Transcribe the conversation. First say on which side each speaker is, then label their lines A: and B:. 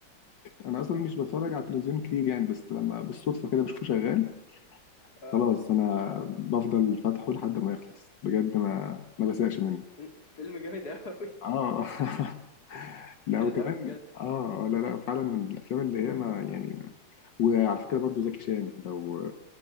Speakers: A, on the left (about 65°); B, on the left (about 50°).
A: انا اصلا مش بتفرج على التلفزيون كتير يعني بس لما بالصدفه كده بشوفه شغال
B: آه.
A: خلاص انا بفضل فاتحه لحد ما يخلص بجد ما ما بزهقش منه
B: فيلم فيلم جامد أوي
A: اه <laughs>
B: <laughs>
A: لا
B: جامد
A: وكمان
B: أوي بجد
A: اه آه، لا لا فعلا من الافلام اللي هي ما يعني ما... وعلى فكره برضه زكي شان لو